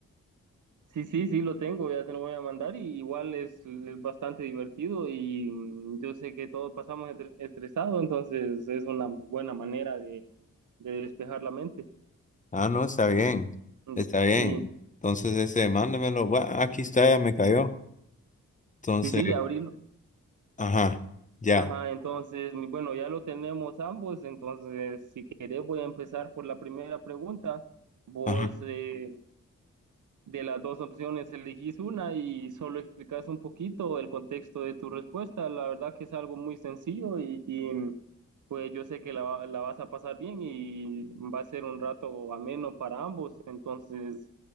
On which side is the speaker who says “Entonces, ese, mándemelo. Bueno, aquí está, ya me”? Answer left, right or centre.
Left